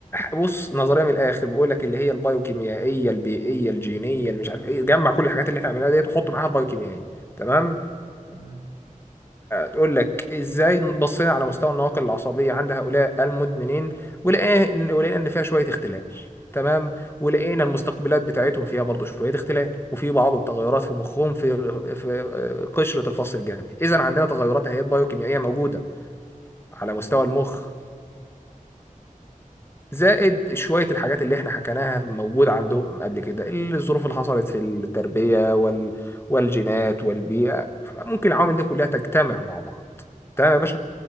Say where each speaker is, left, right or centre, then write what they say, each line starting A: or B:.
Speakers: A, on the left; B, on the left.
A: بص نظريه من الاخر بيقول لك اللي هي البايوكيميائيه البيئيه الجينيه اللي مش عارف ايه جمع كل الحاجات اللي احنا عملناها ديت وحط معاها البايوكيميائيه تمام
B: مم. تمام
A: تقول لك ازاي بصينا على مستوى النواقل العصبيه عند هؤلاء المدمنين ولقينا ولقينا ان فيها شويه اختلال تمام ولقينا المستقبلات بتاعتهم فيها برضه شويه اختلال وفي بعض التغيرات في مخهم في في آه، قشره الفص الجبهي اذا عندنا تغيرات هيئات بايوكيميائيه موجوده على مستوى المخ زائد شويه الحاجات اللي احنا حكيناها موجوده عندهم قبل كده الظروف اللي حصلت في التربيه وال والجينات والبيئه ممكن العوامل دي كلها تجتمع مع بعض تمام
B: مم.
A: يا باشا